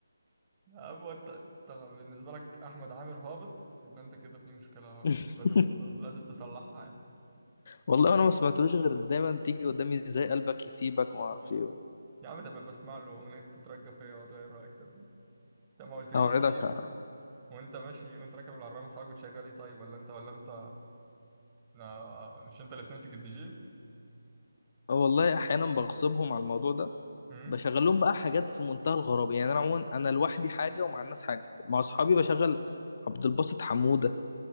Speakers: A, on the right (about 20°); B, on the left (about 40°).
A: اما انت طبعا بالنسبه لك احمد عامر هابط يبقى انت كده في مشكله
B: <laughs>
A: لازم لازم تصلحها يعني
B: والله انا ما سمعتلوش غير دايما تيجي قدامي ازاي قلبك يسيبك وما اعرفش ايه
A: يا عم تبقى بسمع له اغنيه تترجى فيا وتغير رايك صدق انت ما قلتليش
B: اوعدك
A: ليه
B: ه-
A: وانت ماشي وانت راكب العربيه مع اصحابك بتشغل ايه طيب ولا انت ولا انت لا، مش انت اللي بتمسك الدي جي؟
B: آه والله احيانا بغصبهم على الموضوع ده
A: امم
B: بشغل لهم بقى حاجات في منتهى الغرابه يعني انا عموما انا لوحدي حاجه ومع الناس حاجه مع اصحابي بشغل عبد الباسط حموده